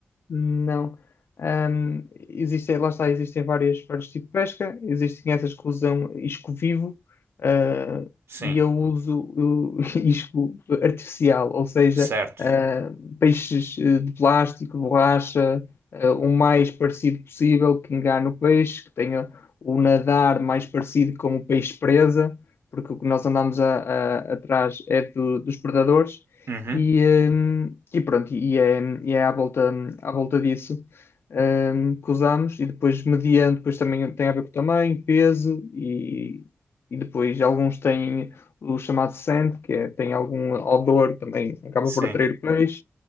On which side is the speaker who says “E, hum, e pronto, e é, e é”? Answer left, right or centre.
Left